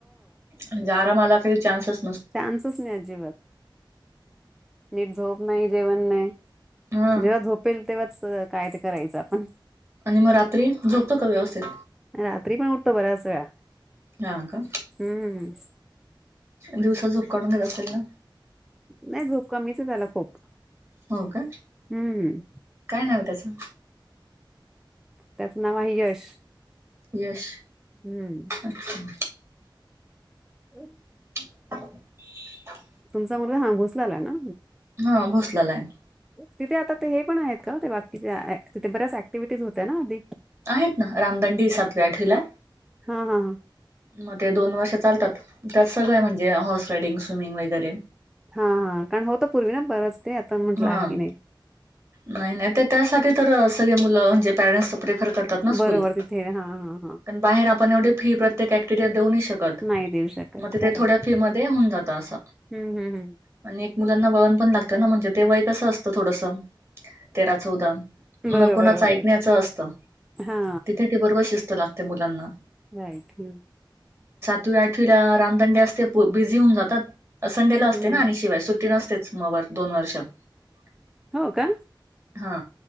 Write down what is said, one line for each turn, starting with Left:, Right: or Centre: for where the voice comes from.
Right: म्हणजे आरामला काही चान्स स
Centre: चान्सस नाही अजिबात ने झोप नाही जेवण नाय
Right: हा
Centre: जेव्हा झोपेल तेव्हाच अ काय ते करायचं आपण
Right: आणि म रात्री झोपतो का व्यवस्थित?
Centre: रात्री पण उठतो बऱ्याच वेळा
Right: हा का
Centre: हम्म
Right: दिवसा झोप करून घेत असेल ना
Centre: नाही झोप कमीच ये त्याला खूप
Right: हो का
Centre: हम्म
Right: काय नाव त्याच <inaudible>
Centre: त्याचं नाव आहे यश.
Right: यश.
Centre: हम्म
Right: अच्छा
Centre: <unintelligible>
Right: <unintelligible>
Centre: तुमचा म हां भुसलेला ना
Right: हा भोसलाला आहे.
Centre: तिथे आता ते हे पण आहेत का हो ते ति तिथे बऱ्याच क्टिव्हिटीज होत ना अधदी
Right: आहेत ना रामदंडी सातव्या आठवला
Centre: हा हा हा
Right: मग ते दोन वर्ष चालतात त्यात सगळं म्हणजे हॉर्स रायडिंग स्विमिंग वगैरे
Centre: हा हा कारण हो तर पूर्वी ना बरच ते आता म्हंटलं
Right: हा.
Centre: आहे की नाही
Right: नाही नाही ते त्यासाठी तर सगळे मुलं म्हणजे पॅरेंट्स प्रेफर करतातकलण
Centre: बरोबर तिथे हा हा हा
Right: बाहेर आपण एवी फी प्रत्येक क्टि देऊ शकत
Centre: नाही देऊ शकत
Right: मग
Centre: खरं
Right: त थोड्या फी म होऊन जात अस
Centre: हम्म हम्म हम्म
Right: आणि एक मुलांना बळन पण लागत म्हणजे वय कस असतं थोडस तेरा चौदा
Centre: बरोबर
Right: न कुणाच
Centre: बरोबर
Right: ऐकण्याचं असतं
Centre: हा
Right: तिथे ते बरोबर शिस्त लात त्या मुलांना
Centre: राईट हम्
Right: त आठवीला रामदंडे असते बिझी होऊन जातात संडेला
Centre: हम्म
Right: असते
Centre: हम्म
Right: ना आणि शिवाय सुट्टी नसते <unintelligible> दोन वर्ष <inaudible>
Centre: हो का
Right: हा